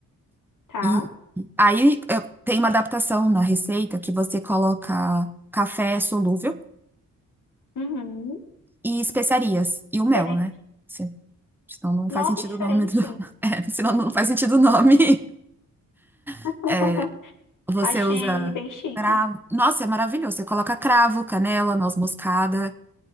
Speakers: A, on the left; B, in the centre.
A: Tá.
B: E aí eu- tem uma adaptação na receita que você coloca café solúvel
A: Uhum.
B: e especiarias e o mel,
A: Diferente.
B: né? Se- Senão não
A: Nossa,
B: faz sentido
A: que diferente.
B: o nome do... <laughs> É, senão não faz sentido o nome. <laughs>
A: <laughs>
B: Você
A: Achei
B: usa
A: bem chique.
B: cravo. Nossa, é maravilhoso. Você coloca cravo, canela, noz moscada.